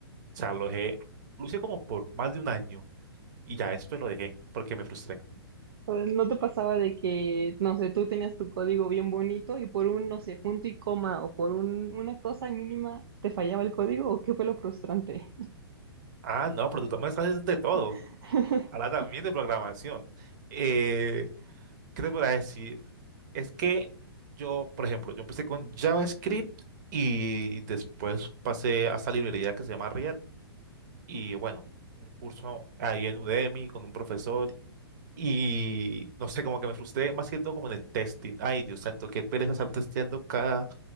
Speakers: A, on the right (about 45°); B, on the right (about 65°).
A: sea, lo dejé, lo hice como por más de un año y ya después lo dejé porque me frustré.
B: Pues, ¿No te pasaba de que, no sé, tú tenías tu código bien bonito y por un, no sé, punto y coma o por un, una cosa mínima te fallaba el código o qué fue lo frustrante?
A: Ah, no, pero tú también sabes de todo.
B: <laughs>
A: Ahora también de programación. Eh, ¿Qué te podría decir? Es que yo, por ejemplo, yo empecé con JavaScript y después pasé a esta librería que se llama React y bueno, un curso ahí en Udemy con un profesor y no sé, como que me frustré más que todo como en el testing. Ay, Dios santo, qué pereza estar testeando cada,